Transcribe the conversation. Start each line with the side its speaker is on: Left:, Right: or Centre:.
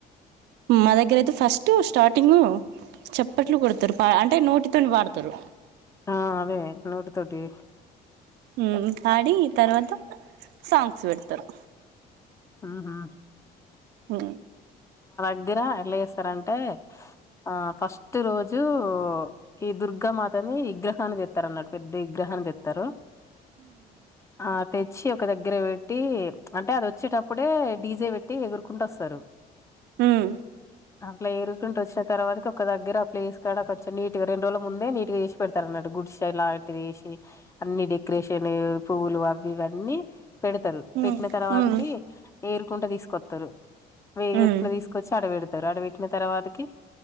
Right: మా దగ్గర అయితే ఫస్ట్, స్టార్టింగు చప్పట్లు కొడుతరు అంటే నోటితోని పాడుతరు.
Left: ఆఁ అవే నోటి తోటి
Right: ఉమ్ పాడి తర్వాత సాంగ్స్ పెడుతరు.
Left: హ్మ్ హు
Right: మ్
Left: గ్గర ఎట్ల చేస్తరంటే ఆ ఫస్ట్ రోజూ ఈ దుర్గా మాతని విగ్రహాన్ని తెత్తరు అన్నట్టు పెద్ద విగ్రహాన్ని తెత్తరు. ఆ తెచ్చి ఒక దగ్గర పెట్టి, అంటే అది వచ్చేట ప్పుడే డీజే వెట్టి ఎగురుకుంటా వస్తరు.
Right: హ్మ్ఁ
Left: అట్లా ఎరుకుంట వచ్చిన తర్వాత ఒక దగ్గర ప్లేస్ కాడ కొంచెం నీట్గా రెండు రోజుల ముందే నీట్ గా చేసి పెడుతరన్నట్టు. గుడ్సే లాటివి ఏసి అన్ని డెకరేషన్ పువ్వులు అవి ఇవన్నీ పెడుతరు
Right: ఉమ్
Left: పెట్టిన తర్వాతకి,
Right: ఉమ్
Left: ఎగురకుంట తీసుకొత్తరు, ఎగురుకుంట
Right: ఉమ్
Left: తీసుకొచ్చి ఆడ పెడుతరు, ఆడ పెట్టిన తర్వాతకి